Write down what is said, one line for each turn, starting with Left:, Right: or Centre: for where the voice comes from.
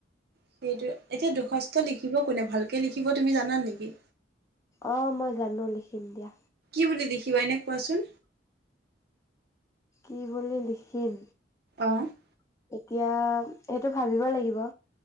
Right: সেইটো এতিয়া দৰখাস্ত লিখিব কোনে ভালকে লিখিব তুমি জানা নেকি?
Left: অ মই জানোঁ লিখিম দিয়া।
Right: কি বুলি দেখিবা এনে কোৱাচোন।
Left: কি বুলি লিখিম।
Right: অ
Left: এতিয়া সেইটো ভাবিব লাগিব।